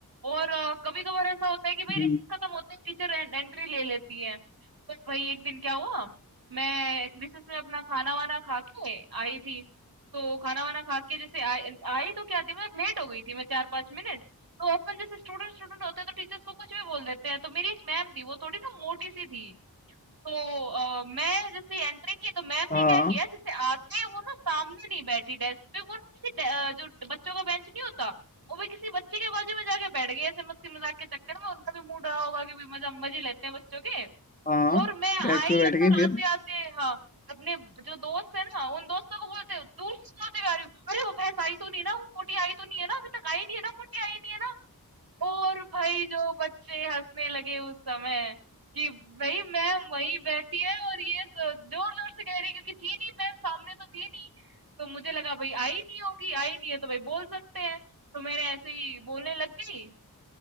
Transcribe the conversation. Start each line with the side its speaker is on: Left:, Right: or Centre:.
Right: और कभी कभार ऐसा होता है कि भाई
Left: हम्म।
Right: रिसर्च खत्म होते ही टीचर एंट्री ले लेती है तो भाई एक दिन क्या हुआ मैं रिसर्च में अपना खाना वाना खा के आई थी तो खाना वाना खा के जैसे आई आई तो क्या थी मैं लेट हो गई थी मैं चार पांच मिनट तो अपन जैसे स्टूडेंट स्टूडेंट होते हैं तो टीचर्स को कुछ भी बोल देते हैं तो मेरी एक मैम थी वो थोड़ी ना मोटी सी थी तो अ, मैं जैसे एंट्री की तो मैम
Left: हाँ
Right: ने क्या किया जैसे आते ही वो ना सामने नहीं बैठी डेस्क पे वो ना किसी डे- अ, जो बच्चों का बेंच नहीं होता वो भी किसी बच्चे के बाजू में जाके बैठ गए ऐसे मस्ती मजाक के चक्कर में उनका भी मूड रहा होगा कि भी मजा मजे लेते हैं बच्चों के
Left: हाँ
Right: और मैं
Left: डेस्क
Right: आई
Left: पे बैठ
Right: अंदर
Left: गई फिर
Right: आते आते हाँ अपने जो दोस्त है ना उन दोस्तों को बोलते दूर से बोलते हुए आ रही हूँ अरे वो भैंस आई तो नहीं ना वो मोटी आई तो नहीं है ना अभी तक आई नहीं है ना मोटी आई नहीं है ना और भाई जो बच्चे हंसने लगे उस समय कि भाई मैम वहीं बैठी है और ये जोर जोर से कह रही है, क्योंकि थी नहीं मैम सामने तो थी नहीं तो मुझे लगा भाई आई नहीं होगी आई नहीं है तो भाई बोल सकते हैं तो मैंने ऐसे ही बोलने लग गई